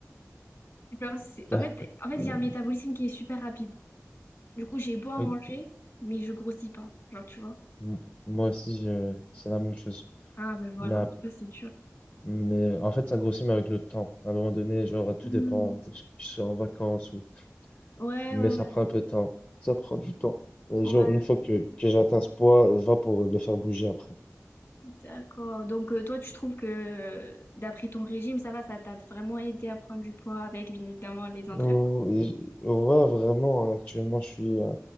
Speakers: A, on the left; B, on the left.
A: <laughs> Genre, c'est-
B: Là,
A: en fait, en fait,
B: <laughs>
A: j'ai
B: euh,
A: un métabolisme qui est super rapide. Du coup, j'ai beau à
B: oui,
A: manger, mais je grossis pas. Genre, tu vois.
B: m- moi aussi, je, c'est la même chose.
A: Ah ben voilà,
B: Mais, ap-
A: ça c'est dur.
B: mais en fait, ça grossit, mais avec le temps. À un moment donné, genre, tout
A: Hmm.
B: dépend. Je je suis en vacances ou.
A: Ouais,
B: Mais
A: ouais,
B: ça
A: ouais.
B: prend un peu de temps. Ça prend du temps. Et
A: Ouais,
B: genre, une fois que, que j'atteins ce poids, va pour le faire bouger après.
A: d'accord. Donc euh, toi, tu trouves que euh, d'après ton régime, ça va, ça t'a vraiment aidé à prendre du poids avec bien évidemment les entraînements.
B: Oh, et ouais, vraiment, actuellement, je suis. euh,